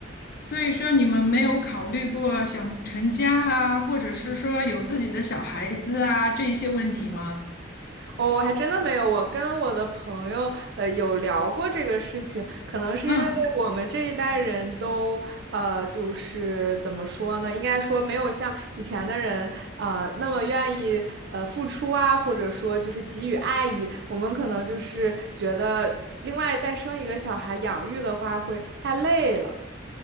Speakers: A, on the left (about 50°); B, on the right (about 60°).
A: 所以说你们没有考虑过想成家啊，或者是说有自己的小孩子啊，这一些问题吗？
B: 哦，还真的没有。我跟我的朋友，呃，有聊过这个事情，可能是因为我们这一代人都，
A: 嗯。
B: 呃，就是怎么说呢？应该说没有像以前的人，呃，那么愿意，呃，付出啊，或者说就是给予爱意。我们可能就是觉得，另外再生一个小孩养育的话会太累了。